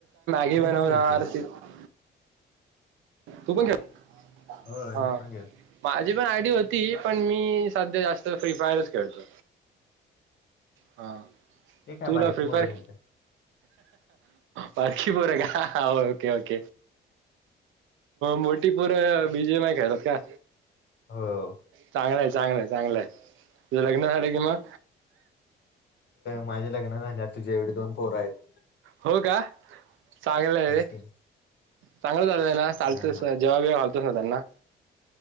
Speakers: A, on the right; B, on the left.
A: <unintelligible> <unintelligible>
B: मी पण खेळतोय
A: तू पण खेळ हा
B: होय मी
A: मा
B: पण खेळतो
A: माझी पण आयडी होती पण मी सध्या जास्त फ्री फायरच खेळतो. हा
B: ते काय
A: तुला
B: बारीक
A: प्रिफायर
B: पोरं खेळतोय
A: पाखीपूर आहे का ओके! ओके! मोठी पोर बीजे माय खेळतात का?
B: हो.
A: चांगलंय चांगलंय, चांगलंय तुझं लग्न झालं कि मग
B: माझे लग्न झाल्यात, तुझ्या एवढी दोन पोर आहेत.
A: हो का चांगलं आहे
B: कॅन्टीन
A: रे! चांगलं झालंय ना चालतय
B: हा
A: जेवा- बीवा तस ना त्यांना